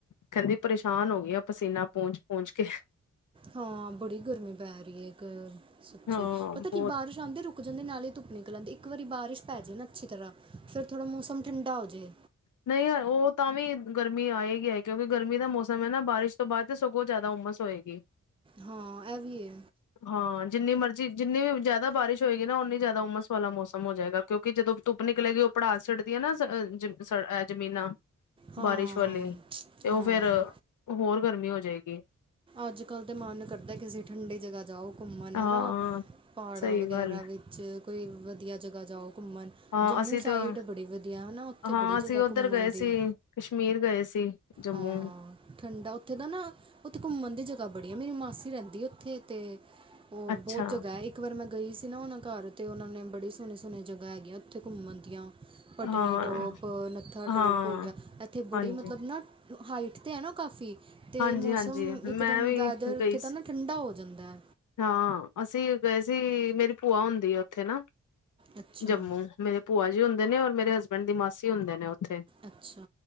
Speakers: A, on the left; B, on the right.
A: ਕਹਿਦੀ ਪਰੇਸ਼ਾਨ ਹੋ ਗਈ ਆ, ਪਸੀਨਾ ਪੂੰਜ ਪੂੰਜ ਕੇ
B: ਹਾਂ ਬੜੀ ਗਰਮੀ ਪੈ ਰਹੀ ਹੈ, ਇਕ ਸੱਚੀ
A: ਹਾਂ
B: ਪਤਾ
A: ਬਹੁਤ
B: ਕੀ ਬਾਰਿਸ਼ ਨਾਲੇ ਰੁਕ ਜਾਦੇ ਨਾਲ ਹੀ ਧੁੱਪ ਨਿਕਲਦੇ ਇਕ ਵਾਰੀ ਬਾਰਿਸ਼ ਪੈ ਜਾਏ ਨਾ, ਅਛੀ ਤਰ੍ਹਾ ਫਿਰ ਥੋੜ੍ਹਾ ਮੌਸਮ ਠੰਡਾ ਹੋਜੇ
A: ਨਹੀ ਉਹ ਤਾਂ ਵੀ ਗਰਮੀ ਆਏਗੀ ਹੈ, ਕਿਉਕਿ ਗਰਮੀ ਦਾ ਮੌਸਮ ਹੈ ਨਾ, ਬਾਰਿਸ਼ ਤੋਂ ਬਾਅਦ ਤੇ ਸਗੋਂ ਜ਼ਿਆਦਾ ਉਮਸ ਹੋਏਗੀ
B: ਹਾਂ ਐਵੀ ਏ,
A: ਹਾਂ ਜਿਨੀ ਮਰਜ਼ੀ ਜਿਨੀ ਵੀ ਜ਼ਿਆਦਾ ਬਾਰਿਸ਼ ਹੋਏਗੀ ਨਾ, ਉਨੀ ਜ਼ਿਆਦਾ ਉਮਸ ਵਾਲਾ ਮੌਸਮ ਹੋ ਜਾਏਗਾ, ਕਿਉਕਿ ਜਦੋ ਧੱਪ ਨਿਕਲੇ ਗ ਉਹ ਪੜਾਸ ਛਡਦੀਆਂ ਨਾ ਅ ਜ਼ਮੀਨਾਂ
B: ਹਾਂ
A: ਬਾਰਿਸ਼ ਵਾਲੀ ਤੇ
B: ਹਾਂ
A: ਉਹ ਫੇਰ ਹੋਰ ਗਰਮੀ ਹੋ ਜਾਏਗੀ।
B: ਅਜ ਕਲ ਤਾਂ ਮਨ ਕਰਦਾ, ਕਿ ਅਸੀ ਠੰਡੀ ਜਗ੍ਹਾ ਜਾਓ ਘੁੰਮਣ
A: ਹਾਂ
B: ਹੈ ਨਾ, ਪਹਾੜਾਂ
A: ਸਹੀ
B: ਵਗੈਰਾ
A: ਗੱਲ
B: ਵਿਚ ਕੋਈ ਵਧੀਆ ਜਗ੍ਹਾ ਜਾਓ, ਘੁੰਮਣ
A: ਹਾਂ
B: ਜੰਮੂ
A: ਅਸੀਂ
B: ਸਾਈਡ
A: ਤਾਂ
B: ਬੜੀ ਵਧੀਆ ਨਾ ਉੱਥੇ
A: ਹਾਂ
B: ਬੜੀ
A: ਅਸੀ
B: ਜਗ੍ਹਾ
A: ਉਧਰ
B: ਘੁੰਮਣ
A: ਗਏ ਸੀ,
B: ਦੀ
A: ਕਸ਼ਮੀਰ ਗਏ ਸੀ। ਜੰਮੂ
B: ਹਾਂ ਠੰਡਾ ਉਥੇ ਦਾ ਨਾ ਉਥੇ ਘੁੰਮਣ ਦੀ ਜਗ੍ਹਾ ਬੜੀ ਆ ਮੇਰੀ ਮਾਸੀ ਰਹਿੰਦੀ ਉਥੇ ਤੇ ਉਹ
A: ਅੱਛਾ
B: ਬਹੁਤ ਜਗ੍ਹਾ ਹੈ। ਇਕ ਵਾਰ ਮੈ ਗਈ ਸੀ ਨਾ ਉਹਨਾ ਘਰ ਤੇ ਉਹਨਾ ਨੇ ਬੜੀ ਸੋਹਣੇ ਸੋਹਣ ਜਗ੍ਹਾ ਹੈਗੀਆਂ ਉਥੇ ਘੁੰਮਣ ਦੀਆ। ਪਟਨੀ
A: ਹਾਂ
B: ਟੋਪ ਨੱਥਾ
A: ਹਾਂ
B: ਟੋਪ ਹੋ ਗਿਆ ਇਥੇ ਬੜੀ
A: ਹਾਂਜੀ
B: ਮਤਲਬ ਨਾ ਹਾਈਟ ਤੇ ਹੈ। ਨਾ ਕਾਫੀ ਅਤੇ
A: ਹਾਂਜੀ
B: ਮੌਸਮ
A: ਹਾਂਜੀ
B: ਇਕਦਮ
A: ਮੈਂ ਵੀ
B: ਵੈਦਰ
A: ਗਈ
B: ਉਥੇ ਤਾਂ
A: ਸੀ
B: ਨਾ ਠੰਡਾ ਹੋ ਜਾਂਦਾ
A: ਹਾਂ ਅਸੀ ਗਏ ਸੀ, ਮੇਰੀ ਭੂਆ ਹੁੰਦੀ ਆ ਉਥੇ ਨਾ
B: ਅੱਛਾ
A: ਜੰਮੂ ਮੇਰੇ ਭੂਆ ਜੀ ਹੁੰਦੇ ਨੇ, ਔਰ ਮੇਰੇ ਹਸਬੈਂਡ ਦੀ ਮਾਸੀ ਹੁੰਦੇ ਨੇ ਉਥੇ
B: ਅੱਛਾ